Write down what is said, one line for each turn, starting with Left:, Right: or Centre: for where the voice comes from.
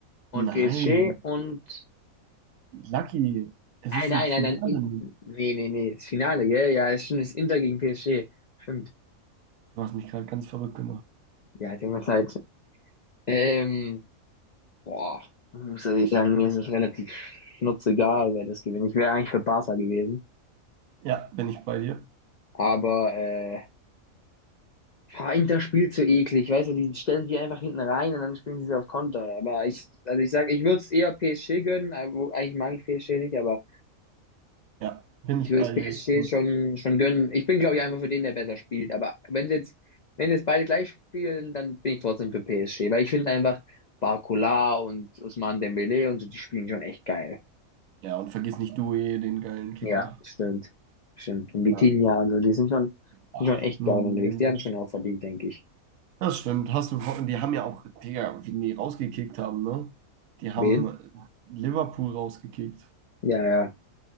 Left: Und
Right: Nein.
Left: PSG und
Right: Lucky, es ist
Left: nein, nein,
Right: ein Finale.
Left: nein, nein. In, nee, nee, nee. Das Finale, gell? Ja, ist schon das Inter gegen PSG. Stimmt.
Right: Du hast mich gerade ganz verrückt gemacht.
Left: Ja, tut mir leid. Ähm, Boah, ich muss ich sagen, mir ist es relativ schnurzegal, wer das gewinnt. Ich wäre eigentlich für Barca gewesen.
Right: Ja, bin ich bei dir.
Left: Aber äh, boah, Inter spielt so eklig, weißt du, die stellen die einfach hinten rein und dann spielen sie so auf Konter. Aber ich, also ich sag ich würde es eher PSG gönnen, aber wo- eigentlich mag ich PSG nicht, aber
Right: Ja, bin
Left: ich
Right: ich
Left: würde
Right: bei
Left: es PSG
Right: dir. Ich,
Left: schon, schon gönnen. Ich bin, glaube ich, einfach für den, der besser spielt. Aber wenn sie jetzt, wenn jetzt beide gleich spielen, dann bin ich trotzdem für PSG, weil ich finde einfach Barcola und Ousmane Dembélé und so, die spielen schon echt geil.
Right: Ja, und vergiss nicht Due, den geilen Kicker.
Left: Ja, stimmt. Stimmt. Und
Right: Ja,
Left: Vitinha und so, die sind schon,
Right: ach,
Left: sind schon echt
Right: nun,
Left: geil unterwegs.
Right: Mensch.
Left: Die haben schon auch verdient, denke ich.
Right: Das stimmt. Hast du, vor- die haben ja auch, Digga, wie die rausgekickt haben, ne? Die haben
Left: Wen?
Right: äh, Liverpool rausgekickt.
Left: Ja, ja,